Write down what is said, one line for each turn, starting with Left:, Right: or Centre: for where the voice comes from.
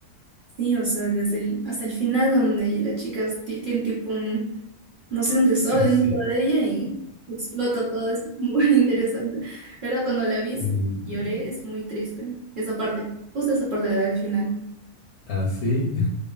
Right: Sí, o sea, desde el, hasta el final donde la chica ti- tiene tipo un, no sé, un desorden
Left: Sí.
Right: dentro de ella y explota todo, es muy <laughs> interesante. La verdad, cuando la vi,
Left: Sí.
Right: sí, lloré, es muy triste. Esa parte, justo esa parte la da al final.
Left: Así. <laughs>